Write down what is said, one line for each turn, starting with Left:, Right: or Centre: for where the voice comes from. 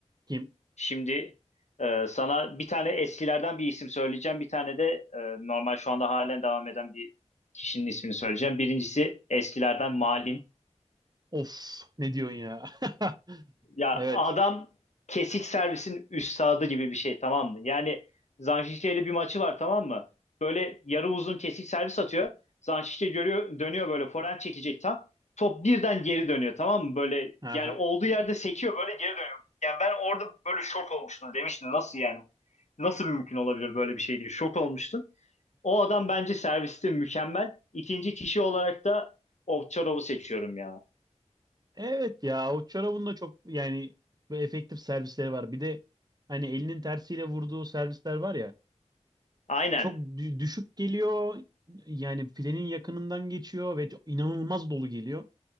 Right: Kim?
Left: Şimdi e, sana bir tane eskilerden bir isim söyleyeceğim. Bir tane de e, normal şu anda halen devam eden bir kişinin ismini söyleyeceğim. Birincisi eskilerden Malin.
Right: Of ne diyorsun ya? <laughs>
Left: Ya
Right: Evet.
Left: adam kesik servisin üstadı gibi bir şey tamam mı? Yani Zanşişte ile bir maçı var tamam mı? Böyle yarı uzun kesik servis atıyor. Zanşişte görüyor, dönüyor böyle forehand çekecek tam. Top birden geri dönüyor tamam mı? Böyle
Right: Aha.
Left: yani olduğu yerde sekiyor böyle geri dönüyor. Yani ben orada böyle şok olmuştum demiştim nasıl yani? Nasıl bir mümkün olabilir böyle bir şey diye şok olmuştum. O adam bence serviste mükemmel. İkinci kişi olarak da Ovçarov'u seçiyorum ya.
Right: Evet ya o çorabın da çok yani böyle efektif servisleri var. Bir de hani elinin tersiyle vurduğu servisler var ya
Left: Aynen.
Right: çok dü- düşük geliyor. Yani filenin yakınından geçiyor ve çok- inanılmaz dolu geliyor.